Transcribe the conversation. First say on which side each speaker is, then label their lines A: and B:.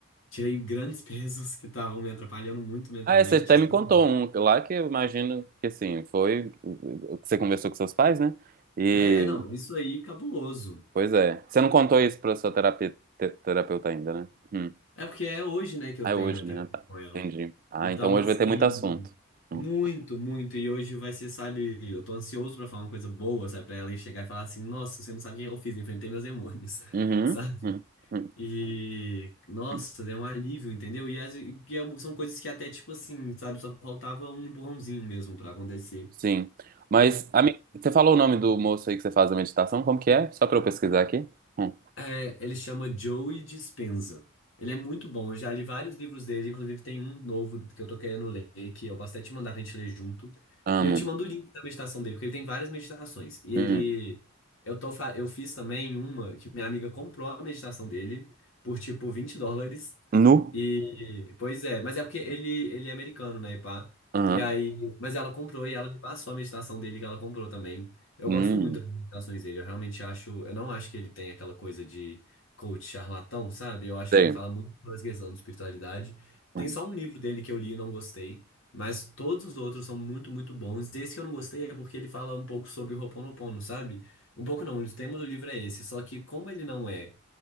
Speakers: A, on the left (about 65°); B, on the right (about 40°).
A: tirei grandes <laughs> pesos que estavam me atrapalhando muito mentalmente,
B: Ah, é, você até
A: sabe?
B: me contou um lá que eu imagino que assim, foi o que você conversou com seus pais, né? E,
A: É, não, isso aí, cabuloso.
B: pois é. Você não contou isso pra sua terapia, te- terapeuta ainda, né? Hum.
A: É porque é hoje, né, que eu
B: Ah, é
A: tenho
B: hoje,
A: a terapia
B: né? Ah, Tá.
A: com ela.
B: Entendi. Ah,
A: Então,
B: então hoje
A: assim,
B: vai ter muito assunto. Hum.
A: muito, muito. E hoje vai ser, sabe, eu tô ansioso pra falar uma coisa boa, sabe, pra ela e chegar e falar assim: nossa, você não sabe o que eu fiz, enfrentei meus demônios, <laughs>
B: Uhum.
A: sabe?
B: Hum. Hum.
A: E, nossa,
B: Hum.
A: é um alívio, entendeu? E as- e que é- são coisas que até, tipo assim, sabe, só faltava um empurrãozinho mesmo pra acontecer.
B: Sim. Mas, amigo, você falou o nome do moço aí que você faz a meditação? Como que é? Só pra eu pesquisar aqui. Hum.
A: É, ele chama Joey Dispenza. Ele é muito bom, eu já li vários livros dele, inclusive tem um novo que eu tô querendo ler, que eu posso até te mandar pra gente ler junto.
B: Amo.
A: E eu te mando o link da meditação dele, porque ele tem várias meditações. E
B: Hum.
A: ele. Eu, tô, fa- eu fiz também uma que minha amiga comprou a meditação dele por tipo 20 dólares.
B: Nu?
A: E. Pois é, mas é porque ele, ele é americano, né, e pá.
B: Aham.
A: E aí. Mas ela comprou e ela me passou a meditação dele que ela comprou também. Eu
B: Hum.
A: gosto muito das imitações dele. Eu realmente acho. Eu não acho que ele tem aquela coisa de coach charlatão, sabe? Eu acho
B: Sei.
A: que ele fala muito sobre essa questão de espiritualidade. Tem
B: Hum.
A: só um livro dele que eu li e não gostei, mas todos os outros são muito, muito bons. Esse que eu não gostei é porque ele fala um pouco sobre o Ho'oponopono, sabe? Um pouco não, o tema do livro é esse. Só que como ele não é